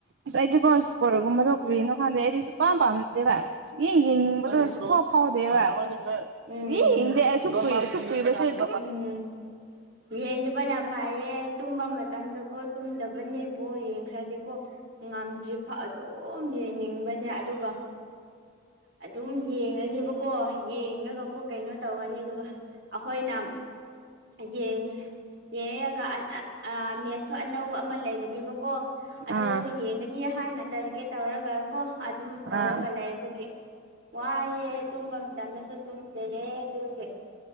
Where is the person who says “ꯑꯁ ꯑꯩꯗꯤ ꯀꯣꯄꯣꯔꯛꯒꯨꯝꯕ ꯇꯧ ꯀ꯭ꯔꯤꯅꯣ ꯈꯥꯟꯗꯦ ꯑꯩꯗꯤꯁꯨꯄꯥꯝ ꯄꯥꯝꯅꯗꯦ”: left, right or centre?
Right